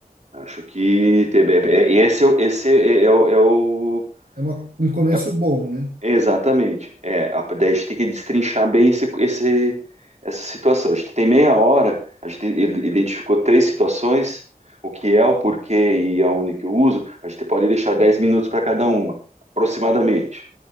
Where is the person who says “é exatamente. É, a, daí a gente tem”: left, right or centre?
Right